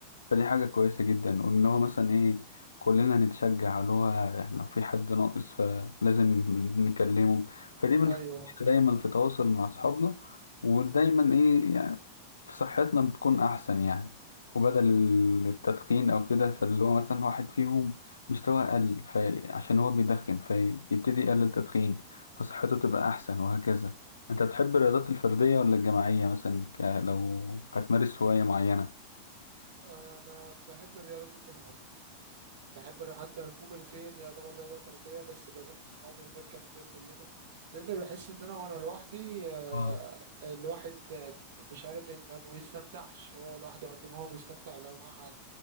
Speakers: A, on the left; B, on the right.
A: فدي حاجة كويسة جدا وإن هو مثلا إيه كلنا نتشجع اللي هو إحنا لو في حد ناقص فلازم نكلمه فدي بنخلينا
B: أيوه
A: دايما في تواصل مع أصحابنا ودايما إيه يعني صحتنا بتكون أحسن يعني وبدل التدخين أو كده فاللي هو مثلا واحد فيهم مستوى أقل فعشان هو بيدخن فيبتدي يقلل تدخين فصحته تبقى أحسن وهكذا أنت تحب الرياضات الفردية ولا الجماعية مثلا ك... لو هتمارس هواية معينة
B: أنا بحب الرياضات الجماعية بحب الر- حتى ركوب الخيل يعني يعتبر رياضة فردية بس بلم صحابي ونركب خيل كلنا لأن بحس إن أنا وأنا لوحدي آه،
A: اه
B: الواحد آه، مش عارف إن- ما ما بيستمتعش هو لوحده قد ما هو بيستمتع لو معاه حد